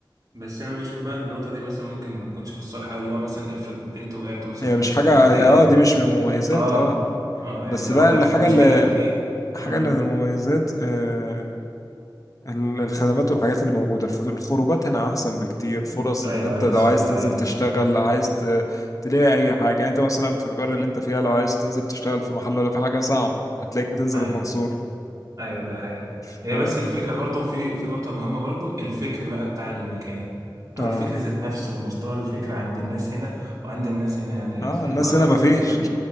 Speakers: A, on the right; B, on the left.
A: بس انا بشوف بقى في النقطه دي مثلا ممكن ما تكونش في الصالح او اللي هو مثلا افرض انتوا وقعتوا مثلا
B: هي
A: في
B: مش
A: مشكله
B: حاجة
A: في دقيقه
B: هي اه دي مش من المميزات
A: اه
B: اه
A: اه
B: بس
A: يعني لو
B: بقى
A: وقعتوا
B: الحاجة
A: في مشكله
B: اللي
A: في دقيقه
B: حاجة
A: امم
B: اللي من المميزات آه ال- الخدمات والحاجات اللي موجودة الف- الخروجات هنا أحسن بكتير فرص
A: ايوه
B: إن
A: أيوه،
B: أنت
A: بالظبط
B: لو عايز تنزل
A: ايوه
B: تشتغل لو عايز ت- تلاقي أي حاجة يعني أنت مثلا في القرية اللي أنت فيها لو عايز تنزل تشتغل في محل ولا في حاجة صعب هتلاقيك بتنزل
A: ايوه
B: المنصورة
A: ايوه ده حقيقي
B: ف
A: هي بس الفكره برضه في في نقطه مهمه برضه الفكر بقى بتاع المكان او
B: اه
A: الفكر ذات نفسه مستوى الفكر عند الناس هنا وعند الناس هنا يعني
B: اه
A: في القريه
B: الناس هنا
A: الفكر
B: مفيش